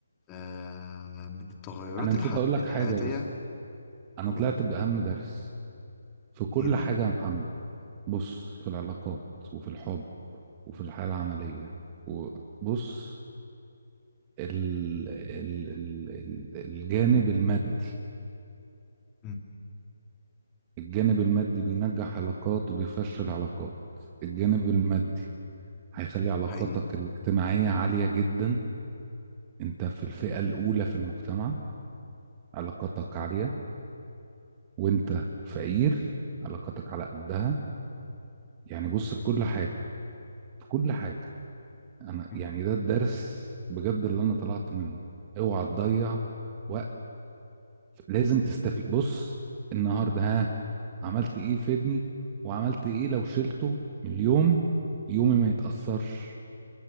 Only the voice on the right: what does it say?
أنا نسيت
أقول لك
حاجة بس أنا
طلعت بأهم درس في كل
حاجة يا محمد بص في العلاقات وفي الحب وفي الحياة العملية وبص ال ال ال ال الجانب المادي
الجانب المادي بينجح علاقات وبيفشل علاقات الجانب المادي هيخلي علاقاتك
الاجتماعية عالية جدا انت في الفئة الأولى في المجتمع علاقاتك عالية وانت فقير علاقاتك على قدها يعني بص في كل حاجة في كل حاجة انا
يعني ده الدرس بجد اللي انا طلعت منه اوعى تضيع وقت لازم تستفيد بص النهارده ها عملت ايه يفيدني وعملت ايه لو شلته من اليوم يومي ما يتأثرش